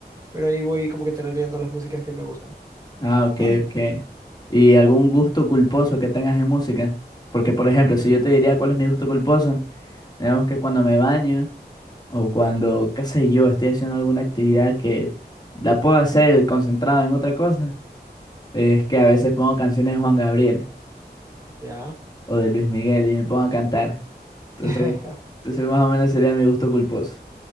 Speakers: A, on the right; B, on the left.
A: pero ahí voy como que tarareando las músicas que me gustan.
B: Ah, ok,
A: <clears throat>
B: ok. ¿Y algún gusto
A: Ujú.
B: culposo que tengas en música? Porque, por ejemplo,
A: Mm,
B: si yo te diría cuál es mi gusto culposo, digamos que cuando me baño o cuando, qué sé yo, estoy haciendo alguna actividad que la puedo hacer concentrado en otra cosa. es que a veces pongo canciones de Juan Gabriel
A: ya.
B: o de Luis Miguel y me pongo a cantar. Entonces,
A: <laughs>
B: entonces más o menos sería mi gusto culposo.